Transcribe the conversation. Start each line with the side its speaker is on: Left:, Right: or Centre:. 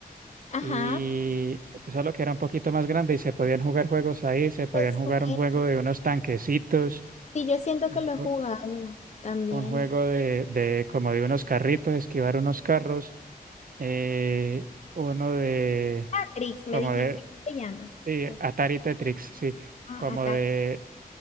Left: Ajá.
Right: y pues, solo que era un poquito más grande y se podían jugar juegos ahí, se podían
Left: Pues,
Right: jugar
Left: bueno,
Right: un juego de unos tanquecitos,
Left: Sí, yo siento
Right: un,
Left: que lo
Right: jue-
Left: he jugado también.
Right: un juego de, de como de unos carritos, esquivar unos carros eh, uno de,
Left: Tatrix,
Right: como
Left: me dijiste
Right: de,
Left: que se llama.
Right: sí,
Left: Ta-
Right: Atari Tetris sí,
Left: ah,
Right: como
Left: Atari.
Right: de,